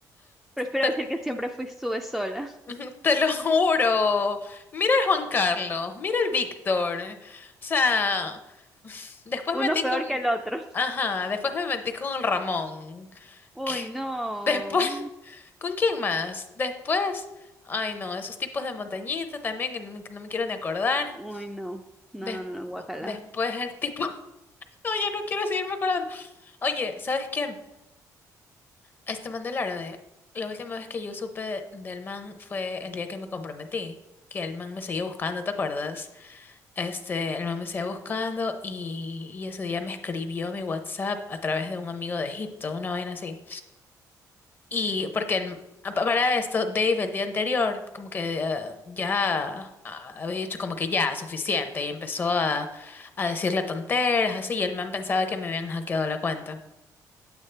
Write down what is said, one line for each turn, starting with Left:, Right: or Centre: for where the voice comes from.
Centre: Prefiero
Left: te,
Centre: decir que siempre fui sube sola. <laughs>
Left: <laughs> te lo juro. Mira el Juan Carlos, mira el Víctor. O sea, <laughs> después
Centre: Uno
Left: metí
Centre: peor
Left: con,
Centre: que el otro.
Left: ajá, después me metí con el Ramón.
Centre: Uy,
Left: <laughs>
Centre: no.
Left: Después, ¿con quién más? Después, ay no, esos tipos de montañita también que no me, que no me quiero ni acordar.
Centre: Uy, no. No,
Left: Des-
Centre: no, no, no, guacala.
Left: después el tipo, <laughs> no, ya no quiero seguirme acordando. Oye, ¿sabes qué? Este man del árabe, la última vez que yo supe del man fue el día que me comprometí, que el man me seguía buscando, ¿te acuerdas? Este, el man me seguía buscando y, y ese día me escribió a mi WhatsApp a través de un amigo de Egipto, una vaina así. Y porque el- a- pa- para esto, Dave el día anterior como que eh, ya ah, había dicho como que ya, suficiente, y empezó a, a decirle tonteras, así, y el man pensaba que me habían hackeado la cuenta.